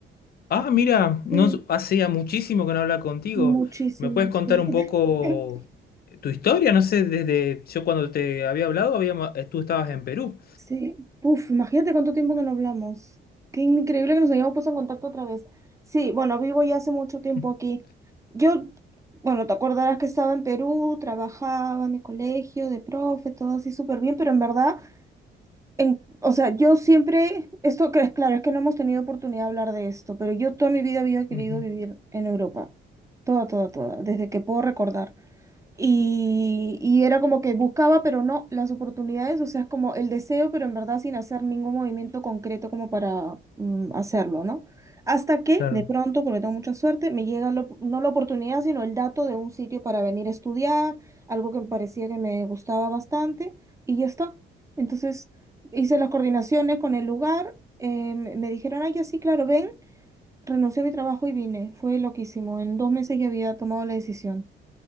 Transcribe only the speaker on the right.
sí,
muchísimo,
sí.
<laughs>
Sí, uf, imagínate cuánto tiempo que no hablamos. Qué increíble que nos hayamos puesto en contacto otra vez. Sí, bueno, vivo ya hace mucho tiempo
aquí. Yo, bueno, te acordarás que estaba en Perú, trabajaba en mi colegio de profe, todo así súper bien, pero en verdad En, o sea, yo siempre, esto que es claro, es que no hemos tenido oportunidad de hablar de esto, pero yo toda mi vida había querido
vivir en Europa, toda, toda, toda, desde que puedo recordar. Y, y era como que buscaba, pero no las oportunidades, o sea, es como el deseo, pero en verdad sin hacer ningún movimiento concreto como para mm, hacerlo, ¿no? Hasta que
de pronto, porque tengo mucha suerte, me llega la op- no la oportunidad, sino el dato de un sitio para venir a estudiar, algo que me parecía que me gustaba bastante, y ya está. Entonces hice las coordinaciones con el lugar, eh, me me dijeron, ay, ya sí, claro, ven, renuncié a mi trabajo y vine. Fue loquísimo, en dos meses ya había tomado la decisión,